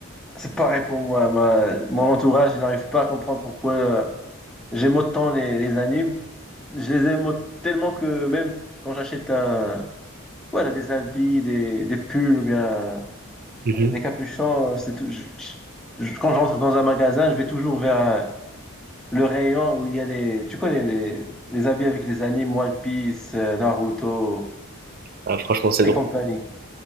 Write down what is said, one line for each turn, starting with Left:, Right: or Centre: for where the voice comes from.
Centre: C'est pareil pour moi. Ma- mon entourage, il n'arrive pas à comprendre pourquoi euh, j'aime autant les, les animes. Je les aime au- tellement que même quand j'achète un, Voilà, des habits, des, des pulls ou bien
Right: Mhm.
Centre: euh, des capuchons. euh, C'est tout. je- je- je- quand je rentre dans un magasin, je vais toujours vers euh, le rayon où il y a les. Tu connais les, les habits avec les animes One Piece, euh, Naruto
Right: Ah, franchement, c'est
Centre: et
Right: drôle.
Centre: compagnie.